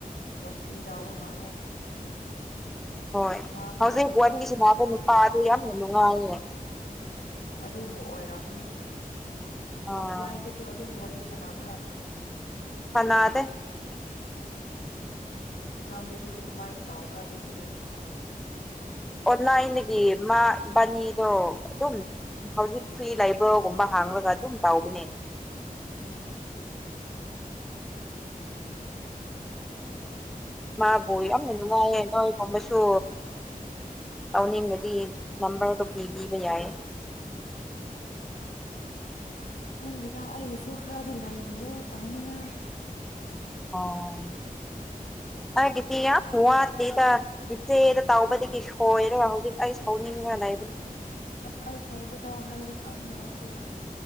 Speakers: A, on the left; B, in the centre.
A: ꯋꯥꯊꯤ ꯇꯥꯎꯕ ꯃꯥꯜꯂꯦ
B: ꯍꯣꯏ
A: ꯋꯥ ꯍꯥꯏꯕꯗꯤ
B: ꯍꯧꯖꯤꯛ ꯋꯥꯔꯤ
A: ꯇꯥꯞ
B: ꯁꯥꯟꯅꯥꯕ
A: ꯇꯥꯞꯅ
B: ꯅꯨꯄꯥꯗꯨ
A: ꯍꯥꯏꯔꯒ
B: ꯌꯥꯝꯅ ꯅꯨꯡꯉꯥꯏꯌꯦ
A: ꯑꯗꯨꯕꯨ ꯑꯣꯏꯔꯝꯅꯤ
B: ꯑꯣ
A: ꯑꯣꯐꯂꯥꯏꯟꯗ ꯇꯣ ꯑꯗꯨꯝ ꯋꯥꯔꯤ ꯁꯥꯟꯅꯕ꯭ꯔꯥ
B: ꯁꯥꯟꯅꯥꯗꯦ
A: ꯎꯝ ꯅꯪꯗꯤ ꯑꯗꯨꯗꯤ ꯀꯃꯥꯏꯅ ꯇꯥꯎꯕ꯭ꯔꯥ ꯑꯗꯨꯕꯨꯗꯤ
B: ꯑꯣꯟꯂꯥꯏꯟꯗꯒꯤ ꯃꯥ ꯏꯕꯥꯅꯤꯗꯣ ꯑꯗꯨꯝ ꯍꯧꯖꯤꯛ ꯐ꯭ꯔꯤ ꯂꯩꯕ꯭ꯔꯣꯒꯨꯝꯕ ꯍꯥꯡꯂꯒ ꯑꯗꯨꯝ ꯇꯧꯕꯅꯦ
A: ꯑꯣ
B: ꯃꯥꯕꯨ
A: ꯑꯣꯏꯔꯝꯕ
B: ꯌꯥꯝꯅ ꯅꯨꯡꯉꯥꯏꯌꯦꯀꯣ
A: ꯌꯥꯏ
B: ꯍꯝꯕꯁꯨ ꯇꯧꯅꯤꯡꯔꯗꯤ ꯅꯝꯕꯔꯗꯣ ꯄꯤꯕꯤꯕ ꯌꯥꯏꯌꯦ
A: ꯈꯪꯗꯦꯗ ꯑꯩꯒꯤꯁꯨꯨ ꯈꯔꯗꯤ ꯂꯩꯔꯤꯌꯦ ꯇꯥꯎꯅꯤꯉꯥꯏ
B: ꯑꯣ ꯑꯩꯒꯤꯗꯤ ꯌꯥꯝ ꯋꯥꯠꯂꯤꯗ ꯏꯆꯦꯗ ꯇꯧꯕꯗꯒꯤ ꯁꯣꯏꯔꯣ ꯍꯧꯖꯤꯛ ꯑꯩ ꯁꯥꯎꯅꯤꯡꯗꯅ ꯂꯩꯕꯅꯤ
A: ꯑꯁ ꯑꯩ ꯁꯣꯏꯕꯗꯣ ꯍꯥꯏꯕ ꯈꯪꯉꯦ ꯑꯩꯁꯨ